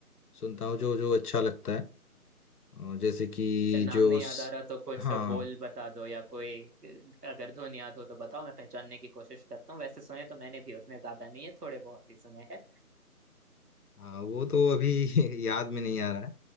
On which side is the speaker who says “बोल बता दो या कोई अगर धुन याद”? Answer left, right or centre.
Right